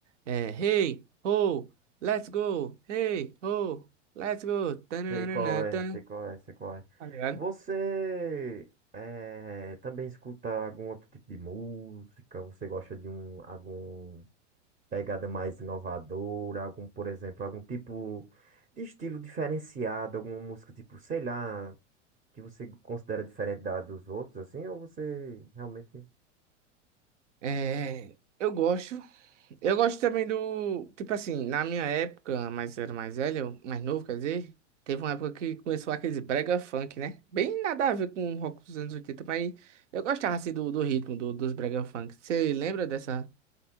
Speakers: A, on the right (about 75°); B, on the right (about 20°).
A: É, hey, ho, let's go. Hey, ho, let's go. Tananana,
B: Sei qual é,
A: tan.
B: sei qual é, sei qual é.
A: Tá ligado?
B: Você eh, também escuta algum outro tipo de música? Você gosta de um, algum pegada mais inovadora, algum, por exemplo, algum tipo de estilo diferenciado, alguma música tipo, sei lá, que você considera diferente da dos outros, assim, ou você realmente.
A: É, eu gosto. Eu gosto também do. Tipo assim, na minha época, mas era mais velho, mais novo, quer dizer, teve uma época que começou aqueles brega funk, né? Bem nada a ver com o rock dos anos oitenta mas eu gostava assim do, do ritmo do- dos brega funk. Você lembra dessa,